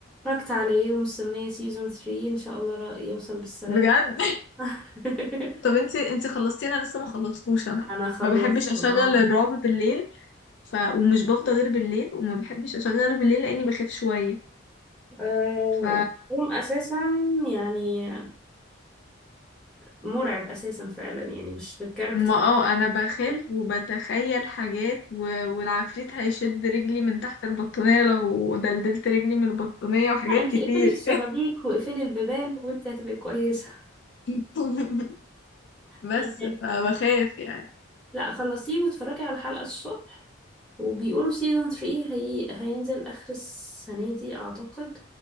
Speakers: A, in the centre; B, on the left.
A: اتفرجت عليه ومستنية سيزون 3 إن شاء الله را- يوصل بالسلام
B: بجد <laughs>
A: <laughs>
B: طب انتي انتي خلصتي انا لسه ما خلصتوش انا
A: انا خلصت
B: ما بحبش اشغل
A: اه
B: الرعب بالليل ف... ومش بفضى غير بالليل وما بحبش اشغله بالليل لاني بخاف شويه
A: آه،
B: ف
A: قوم اساسا يعني مرعب اساسا فعلا يعني مش بالكاركتر
B: ما اه انا بخاف
A: دي.
B: وبتخيل حاجات و... والعفريت هيشد رجلي من تحت البطانية لو دلدلت رجلي من البطانية وحاجات
A: لا انت
B: كتير
A: اقفلي الشبابيك واقفلي البيبان وانت هتبقي كويسه
B: <laughs> بس
A: <laughs>
B: فبخاف يعني
A: لا خلصيه واتفرجي على الحلقه الصبح وبيقولوا سيزون 3 هي... هينزل اخر السنه دي اعتقد